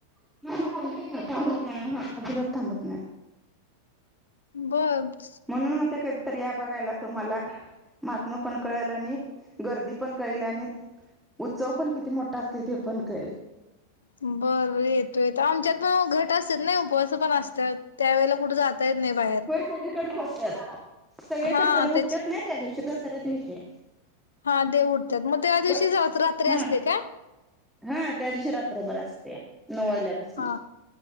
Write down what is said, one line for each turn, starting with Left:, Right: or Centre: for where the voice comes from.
Centre: <inaudible> अं हं अजिबात थांबत नाय.
Left: बघ
Centre: म्हणून मग ते कधीतरी या बघायला तुम्हाला महात्म पण कळेल आणि गर्दी पण कळेल आणि उत्सव पण किती मोठा असतय ते पण कळेल.
Left: बर बर येतो येतो. आमच्यात पण आओ घट असत्यात न उपवास पण असत्यात, त्यावेेळेला कुठ जात त येतं नाही बाहेर.
Centre: होय, सगळीकडेच असत्यात सगळीकडेच
Left: हा
Centre: ये,
Left: त्याच
Centre: उठतात नाही त्या दिवशी दसऱ्या दिवशी
Left: हा देव उठत्यात, मग त्या दिवशीच
Centre: पण
Left: रात्री
Centre: हा
Left: असते काय?
Centre: हा त्या दिवशी रात्रभर असत्या, नऊ वाजल्यापसन
Left: हा